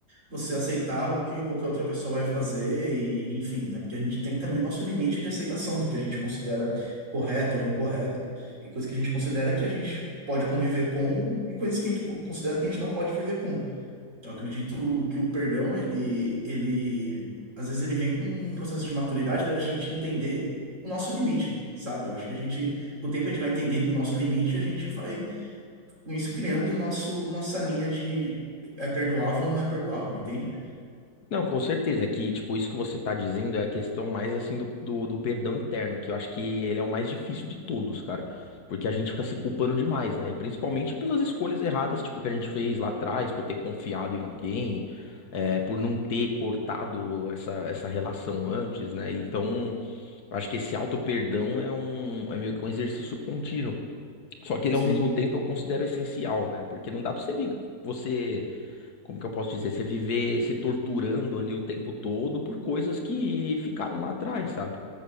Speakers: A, on the right; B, on the left.
A: você aceitar o que qualquer outra pessoa vai fazer e, enfim, né? Porque a gente tem também o nosso limite de aceitação do que a gente considera correto ou incorreto e coisas que a gente considera que a gente pode conviver com e coisas que a gente po- considera que a gente não pode viver com. Eu acredito que o perdão, ele, ele às vezes ele vem com um processo de maturidade da gente entender o nosso limite, sabe? Eu acho que a gente, com o tempo a gente vai entendendo o nosso limite, e a gente vai com isso criando o nosso nossa linha de é perdoável ou não é perdoável, entende?
B: Não, com certeza é que, tipo, isso que você tá dizendo é a questão mais, assim, do, do, do perdão interno, que eu acho que ele é o mais difícil de todos, cara. Porque a gente fica se culpando demais, né? E principalmente pelas escolhas erradas, tipo, que a gente fez lá atrás, por ter confiado em alguém, é, por não ter cortado essa, essa relação antes, né? Então, eu acho que esse auto-perdão é um, é meio que um exercício contínuo. Só que ele,
A: Sim,
B: ao mesmo tempo, eu considero essencial, né? Porque não dá pra você vir, você como que eu posso dizer, você viver se torturando ali o tempo todo por coisas que ficaram lá atrás, sabe?